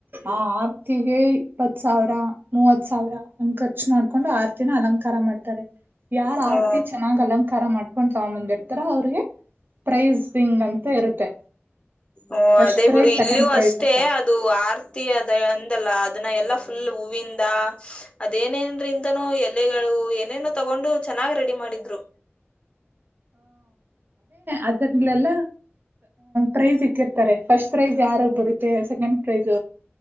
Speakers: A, on the right; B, on the left.
A: ಆ ಆರ್ತಿಗೆ ಇಪ್ಪತ್ ಸಾವಿರ ಮೂವತ್ ಸಾವಿರ. ಹ ಖರ್ಚು ಮಾಡ್ಕೊಂಡು ಆರತಿನ ಅಲಂಕಾರ ಮಾಡ್ತಾರೆ ಯಾರ
B: ಹ್ಮ
A: ಆರತಿ ಚೆನ್ನಾಗ್ ಅಲಂಕಾರ ಮಾಡ್ಕೊಂಡ ಸಾಮ ಬಂದ ಇರ್ತಾರಾ ಅವ್ರಿಗೆ ಪ್ರೈಸ್ ಹಿಂಗ್ ಅಂತ ಇರುತ್ತೆ
B: ಓ
A: ಫಸ್ಟ್
B: ಅದೇ
A: ಪ್ರೈಸ್
B: ಬಿಡು ಇಲ್ಲಿಯೂ
A: ಸೆಕೆಂಡ್ ಪ್ರೈಸ್
B: ಅಷ್ಟೇ
A: ಅಂತ
B: ಅದು ಆಾರ್ತದ ಅಂದಲ್ಲ ಅದನ್ನ ಎಲ್ಲಾ ಫುಲ್ ಹೂವಿಂದ ಅದೇನೇನ್ದನೋ ಎಲೆಗಳು ಏನೇನೋ ತಗೊಂಡು ಚೆನ್ನಾಗ್ ರೆಡಿ ಮಾಡಿದ್ರು
A: ಅದ್ರಲೆಲ್ಲ ಪ್ರೈಸ್ ಇಟ್ಟಿರ್ತಾರೆ ಫಸ್ಟ್ ಪ್ರೈಜ್ ಯಾರಾಗ ಬರುತ್ತೆ ಸೆಕೆಂಡ್ ಪ್ರೈಜ